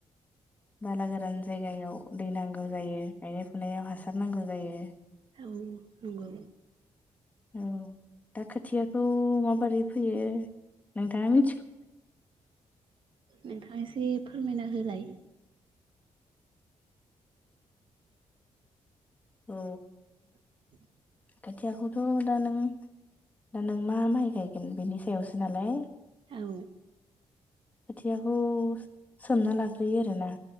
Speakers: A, on the left; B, on the right.
A: बाला गोदान जायगायाव दै नांगौ जायो गायनाय फुनायाव हासार नांगौ जायो
B: औ नंगौ
A: औ दा खोथियाखौ माबोरै फैयो? नोंथाङा मिथि
B: नोंथाङ एसे फोरमायना होलाय?
A: औ
B: <inaudible>
A: खोथियाखौथ' दा नों दा नों मा माइ गायगोन बेनि सायावसो नालाय
B: औ
A: खोथियाखौ सोमना लाग्रोयो आरोना